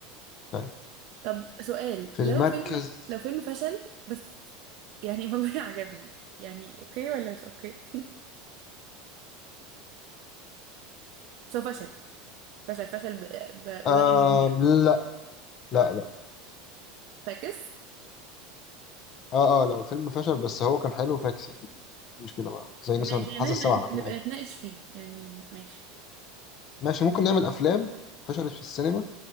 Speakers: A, on the left; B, on the right.
A: طيب
B: طب سؤال
A: في
B: لو
A: المركز
B: فيلم لو فيلم فشل بس يعني <laughs> والله عجبني يعني أوكي ولا مش أوكي <laughs> بس هو فشل فشل فشل ب- ب- برأي
A: آه
B: الجميع
A: لا لا لا
B: فاكس
A: اه اه لو فيلم فشل بس هو كان حلو فاكس يعني مش مشكله بقى زي مثلا
B: ماشي يعني
A: حاسه السبعه
B: نبقى
A: على
B: نبقى
A: فيلم حلو
B: نتناقش فيه يعني ماشي
A: ماشي ممكن نعمل افلام فشلت في السينما